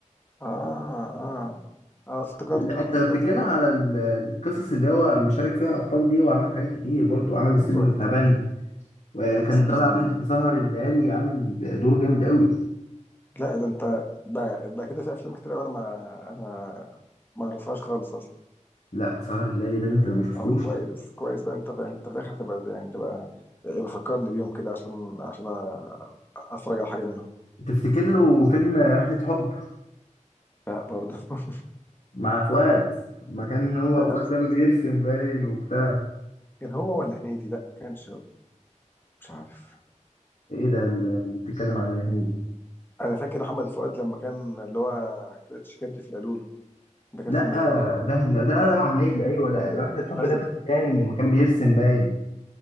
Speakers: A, on the left (about 15°); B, on the left (about 55°).
A: اه اه اه افتكرته
B: لا،
A: افتكرته
B: انت بتتكلم على ال- القصص اللي هو مشارك فيها ابطال دي وعمل حاجات كتير برضو عمل السلم
A: ايوه
B: والتعبان وكان
A: سلم
B: طالع عامل في سهر الليالي عامل دور جامد قوي
A: لا ده انت ده ده كده في افلام كتير أوي انا ما انا ما اعرفهاش خالص اصلا
B: لا سهر الليالي ده اللي انت لو ما شفتوش
A: اه كويس كويس بقى انت في انت في الاخر تبقى يعني تبقى بفكرني بيهم كده عشان عشان أ- اتفرج على حاجه منهم
B: تفتكر له فيلم رحلة حب
A: لا برضه <laughs>
B: مع فؤاد ما كان هو
A: ده
B: فؤاد ده بيرسم باين وبتاع
A: كان هو ولا هنيدي لا ما كانش هو مش عارف
B: ايه ده اللي بتتكلم عليه هنيدي
A: انا فاكر محمد فؤاد لما كان اللي هو كاتش كدري في القالولو ده كان
B: لا
A: فيلم ايه ده
B: ده ده ده مع هنيدي ايوه لا رحلة حب
A: ايوه
B: ده فيلم تاني لما كان بيرسم باين